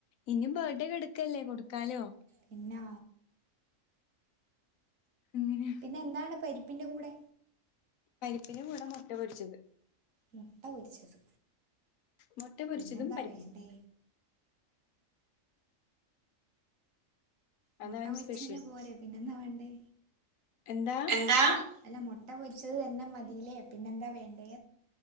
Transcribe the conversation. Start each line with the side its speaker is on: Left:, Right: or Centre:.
Left: ഇനിയും ബർഡേ കടുക്കല്ലേ കൊടുക്കാലോ
Right: പിന്നെ
Left: <unintelligible>
Right: പിന്നെ എന്താണ് പരിപ്പിൻ്റെ കൂടെ
Left: പരിപ്പിന് കൂടെ മുട്ട പൊടിച്ചത്
Right: മുട്ട പൊരിച്ചത്
Left: മൊട്ടപൊരിച്ചതും
Right: പിന്നെന്താ
Left: പരിപ്പും
Right: വേണ്ടേ മുട്ട
Left: അതാണ്
Right: പൊരിച്ചന്നെ
Left: സ്പെഷ്യൽ
Right: പോരേ പിന്നെന്താ വേണ്ടേ
Left: എന്താ
Right: അല്ല മുട്ട പൊരിച്ചത് തന്നെ മതിലേ പിന്നെന്താ വേണ്ടേ